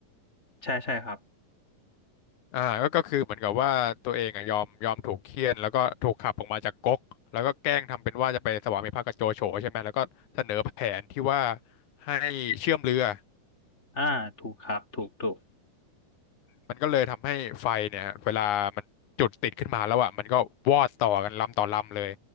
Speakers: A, on the left; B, on the left.
A: ใช่ใช่ครับ
B: อ่าก็ก็คือเหมือนกับว่าตัวเองอ่ะยอมยอมถูกเฆี่ยนแล้วก็ถูกขับออกมาจากก๊กแล้วก็แกล้งทำเป็นว่าจะไปสวามิภักดิ์กับโจโฉใช่ไหมแล้วก็เสนอแผนที่ว่าให้เชื่อมเรือ
A: อ่าถูกครับถูกถูก
B: มันก็เลยทำให้ไฟเนี่ยเวลามันจุดติดขึ้นมาแล้วอ่ะมันก็วอดต่อกันลำต่อลำเลย